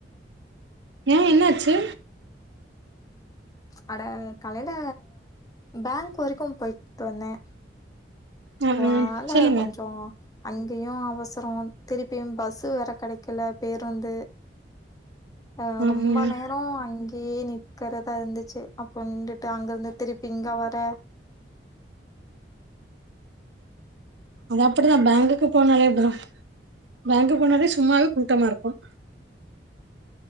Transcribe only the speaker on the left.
அட காலையில பேங்க் வரைக்கும் போயிட்டுட்டு வந்தேன்
வாழ
கொஞ்சோம் அங்கேயும் அவசரம் திருப்பியும் பஸ்சு வேற கிடைக்கல பேருந்து ஆஹ
ரொம்ப
நேரோம் அங்கேயே இருக்கிறதா இருந்துச்சு அப்டின்ட்டு அங்கிருந்து திருப்பி இங்க வர